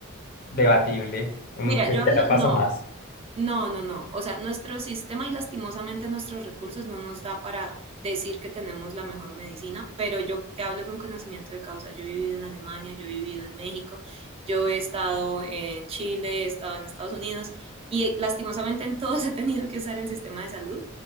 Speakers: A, on the left; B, on the right.
A: debatible. Mm,
B: mira,
A: Te,
B: yo
A: te
B: hablo-
A: la paso
B: no,
A: más.
B: No, no, no. O sea, nuestro sistema y lastimosamente nuestros recursos no nos da para decir que tenemos la mejor medicina, pero yo te hablo con conocimiento de causa. Yo he vivido en Alemania, yo he vivido en México, yo he estado en Chile, he estado en Estados Unidos y eh, lastimosamente en todos <laughs> he tenido que usar el sistema de salud